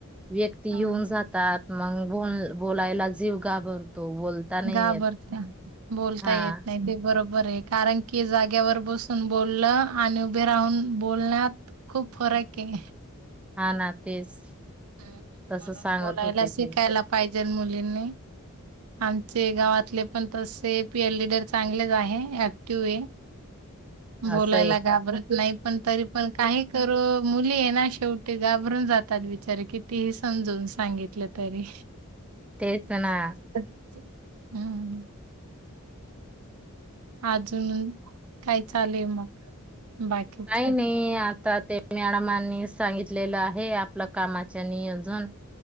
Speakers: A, in the centre; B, on the right.
A: व्यक्ती
B: हा
A: येऊन जातात मग बोल बोलायला जीव घाबरतो बोलता नाही
B: घाबरत्या
A: येत.
B: बोलता
A: हा
B: येत नाही ते बरोबर बरे हाय कारण की जाग्यावर बसून बोललं आणि उभे राहून बोलण्यात खूप फरक हे..
A: हा ना तेच
B: म्हणून
A: तस सांगत
B: बोलायला
A: होते ते
B: शिकायला पाहिजेल मुलींनी आमचे गावातले पण तसे पी एल लीडर चांगलेच आहे ऍक्टिव हे. बोलायला
A: असं आहे का?
B: घाबरत नाही पण तरी पण काही करू मुली आहे ना शेवटी घाबरून जातात, बिचारे कितीही समजून सांगितलं तरी.
A: तेच ना.
B: हम्म. अजून काय चालेय मग? बाकीच
A: काय नाही आता ते मॅडमांनी सांगितलेलं आहे, आपलं कामाच्या नियोजून.